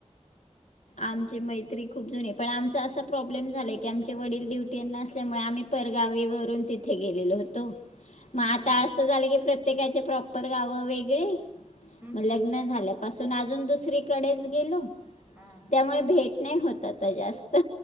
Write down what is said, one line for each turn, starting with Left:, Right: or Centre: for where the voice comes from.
Left: आमची मैत्री खूप जुनी पण आमचं असं प्रॉब्लेम झाला की आमचे वडील डुटी अना असल्यामुळे म आम्ही गावीवरून तिथे गेलेल होतो. मग
Right: हम्म
Left: आ अस झालं की प्र प्रत्येकाचे प्रॉपर गावं वेगळे
Right: हम्म
Left: लग्न झाल्यापाून आज अजून दुसरीकडेच गेलो.
Right: हा
Left: त्यामुळे भेट नाही होत आता जास्त